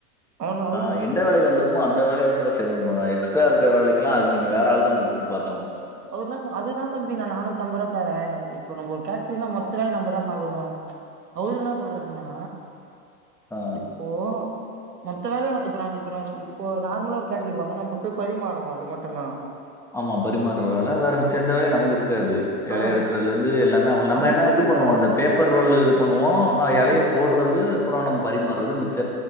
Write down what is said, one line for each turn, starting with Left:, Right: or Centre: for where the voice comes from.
Right: அவனு அவரு
Centre: ஆ என்ட வேலைக் வந்துருக்கு ஓ அந்த வேலய மட்டு தா செய்வேனோ எக்ஸ்ட்ரா இருக்க வேலைக்கெல்லா அதுக்கு நீங்க வேற ஆள் தா கூப்ட்டு பாக்கணு
Right: அவர்னா‌ சொ அதுதா தம்பி நா நானுத் தம்பரு தாரே இப்போ நம் ஒர் கேட்ரிங்னா மொத்த வேல நம்பதா பாக்கணு அவுரு என்னா சொல்றாருன்னா
Centre: ஆ
Right: இப்போ மொத்த வேலயு இப்ப நவ் இப்ப நவ் இப்போ நார்மலா ஒரு கேட்ரிங் போறோனா நம்ப போய் பரிமாறுவோ அது மட்டு தா
Centre: ஆமா பரிமாற வேல வேற மிச்ச எந்த வேலயு நமக்கு இருக்காது இலைய
Right: ஆ
Centre: எடுக்கறதுல இருந்து எல்லாமே அவ நம்ம
Right: அந்த
Centre: என்ன
Right: வேல
Centre: இது
Right: இல்ல
Centre: பண்ணுவோ
Right: நம்மளுக்கு
Centre: அந்த பேப்பர் ரோல் இது பண்ணுவோ அ
Right: ஆ
Centre: எலைய போட் புரது அப்ரோ நம் பரிமாறுது மிச்ச